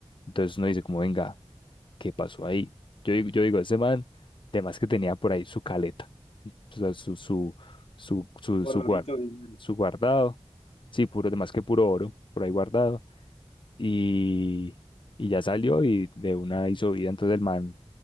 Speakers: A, on the left (about 50°); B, on the left (about 85°).
A: Entonces uno dice como, venga, ¿qué pasó ahí? Yo digo, yo digo, ese man, además que tenía por ahí su caleta. o sea, su, su, su, su,
B: Guardadito
A: su, guar-
B: de dinero.
A: su guardado. Sí, puro, más que puro oro, por ahí guardado. Y, y ya salió y de una hizo vida. Entonces el man